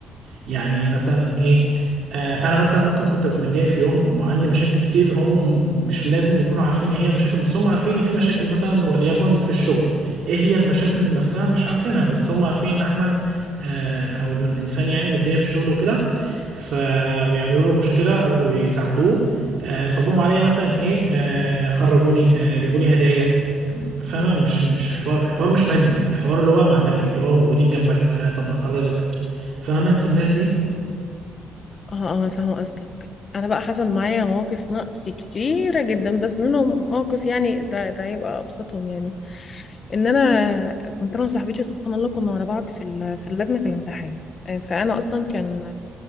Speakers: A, on the right; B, on the left.
A: يعني مثلا ايه آه انا مثلا ممكن كنت ابقى متضايق في يوم وعندي مشاكل كتير هم مش لازم يكونوا عارفين ايه هي المشاكل بس هم عارفين ان في مشاكل مثلا وليكن في الشغل ايه هي المشاكل نفسها مش عارفينها بس هم عارفين ان احمد آه او الانسان يعني متضايق في الشغل وكده فبيعملوا له مشكلة او يساعدوه آه فجم عليا مثلا ايه آه خرجوني آه جابوا لي هدايا فاهمة مش مش الحوار الحوار مش مادي الحوار اللي هو معنوي اللي هو موجودين جنبك آه طب نخرجك فاهمة انت الناس دي
B: اه اه فاهمة قصدك انا بقى حصل معايا مواقف نقص كتيرة جدا بس منهم موقف يعني ده ده يبقى ابسطهم يعني ان انا كنت انا وصاحبتي سبحان الله كنا ورا بعض في ال- في اللجنة في الامتحان آه، فانا اصلا كان